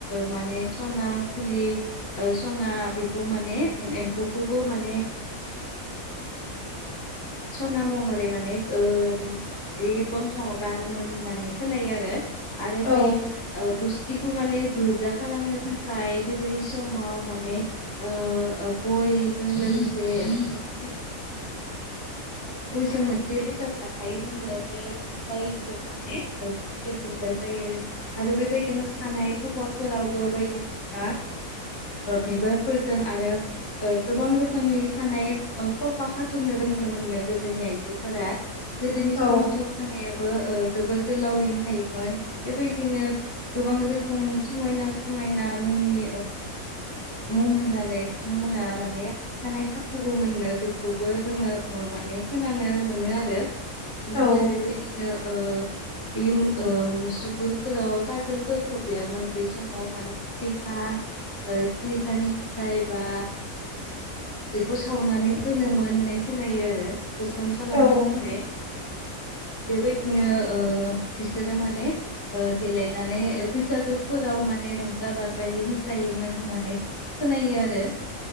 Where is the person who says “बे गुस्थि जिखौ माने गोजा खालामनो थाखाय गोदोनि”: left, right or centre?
Left